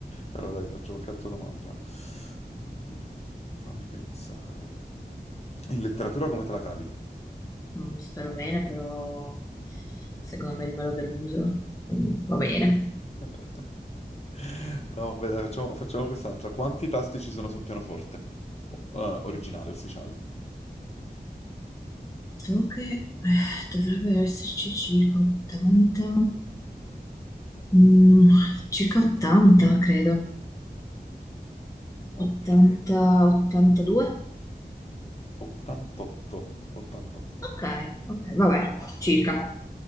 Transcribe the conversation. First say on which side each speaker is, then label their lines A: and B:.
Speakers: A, on the left (about 40°); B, on the left (about 20°).
A: Allora dai, ti faccio qualche altra domanda. Mm, fammi pensare. In letteratura come te la cavi?
B: Mm, spero bene, però secondo me rimarrò deluso. Quindi va bene.
A: <laughs> No, vabbè, dai, facciamo, facciamo quest'altra. Quanti tasti ci sono su un pianoforte? O- eh, originale, ufficiale.
B: So che eh, dovrebbe esserci circa 80. Mm, circa 80, credo.
A: Ok,
B: 80, 82?
A: 88, 88.
B: Ok, ok, vabbè, circa.